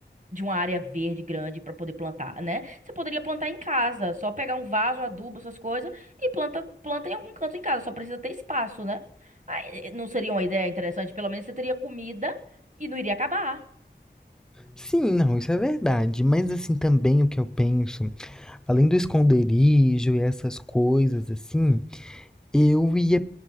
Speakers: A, on the right (about 40°); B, in the centre.
A: de uma área verde grande para poder plantar, né? Você poderia plantar em casa, só pegar um vaso, adubo, essas coisas e planta planta em algum canto em casa, só precisa ter espaço, né? Aí, eh, não seria uma ideia interessante? Pelo menos você teria comida e não iria acabar.
B: Sim, não, isso é verdade. Mas assim, também o que eu penso, além do esconderijo e essas coisas assim, Eu ia,